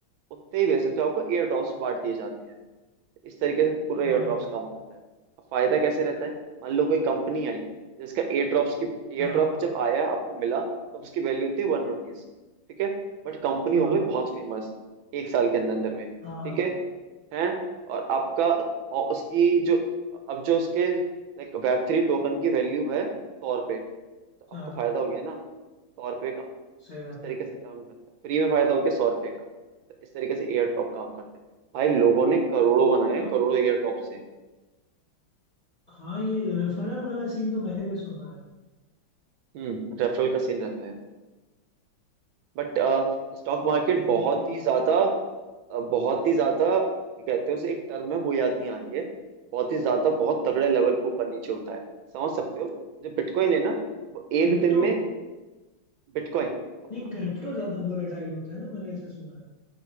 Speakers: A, on the right; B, on the left.
A: उतने ही बेसिस पे आपको एयर ड्रॉप्स बांट दिए जाते हैं इस तरीके से पूरा एयरड्रॉप्स
B: हाँ
A: काम करता है अब फायदा कैसे रहता है मान लो कोई कंपनी आई जिसका एयरड्रॉप्स की एयरड्रॉप
B: हाँ हाँ
A: जब आया आपको मिला तब उसकी वैल्यू थी वन रुपीज ठीक है बट कंपनी
B: हाँ
A: हो गई बहुत फेमस एक साल के अंदर अंदर में
B: हाँ
A: ठीक है हैं और आपका और उसकी जो अब जो उसके लाइक वेब थ्री टोकन की वैल्यू है सौ रुपए तो
B: हाँ,
A: आपको फायदा हो गया ना सौ रुपये का
B: सही बात
A: इस तरीके
B: है
A: से काम करता है फ्री में फायदा हो गया सौ रुपये का तो इस तरीके से एयर ड्रॉप काम करते हैं भाई लोगों ने करोड़ों बनाए
B: हाँ
A: करोड़ों एयर ड्रॉप से
B: हाँ ये रेफरल वाला सीन तो मैंने भी सुना है
A: हम्म रेफरल का सीन रहता है बट स्टॉक मार्केट
B: सही है
A: बहुत
B: भाई ये
A: ही
B: तो
A: ज्यादा अ, बहुत ही ज्यादा क्या कहते हैं उसे एक टर्म है वो याद नहीं आ रही है बहुत ही ज्यादा बहुत तगड़े लेवल पे ऊपर नीचे होता है समझ सकते हो जो बिटकॉइन है ना वो एक
B: क्रिप्टो
A: दिन में बिटकॉइन अपना
B: नहीं क्रिप्टो ज्यादा वोलेटाइल होता है ना मैंने ऐसे सुना है